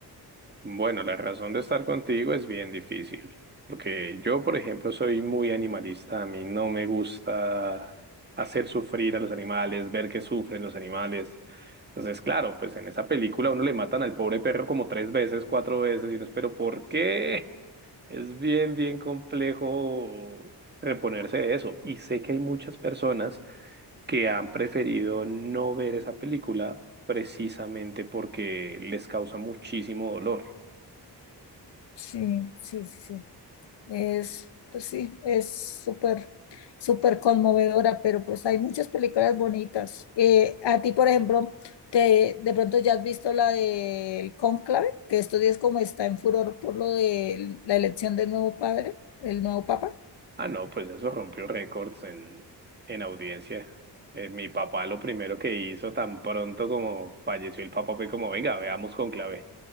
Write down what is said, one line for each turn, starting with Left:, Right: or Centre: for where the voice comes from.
Right: Bueno, la razón de estar contigo es bien difícil, porque yo, por ejemplo, soy muy animalista, a mí no me gusta hacer sufrir a los animales, ver que sufren los animales. Entonces, claro, pues en esa película a uno le matan al pobre perro como tres veces, cuatro veces, y uno es, pero ¿por qué? <laughs> Es bien, bien complejo reponerse de eso. Y sé que hay muchas personas que han preferido no ver esa película precisamente porque les causa muchísimo dolor.
Left: Sí, sí, sí, sí. Es, pues sí, es súper, súper conmovedora, pero pues hay muchas películas bonitas. Eh, a ti, por ejemplo, te, de pronto ya has visto la del Cónclave, que estos días como está en furor por lo de la elección del nuevo padre, el nuevo papa.
Right: Ah, no, pues eso rompió récords en, en audiencia. Eh, mi papá lo primero que hizo tan pronto como falleció el papá fue como, venga, veamos Cónclave.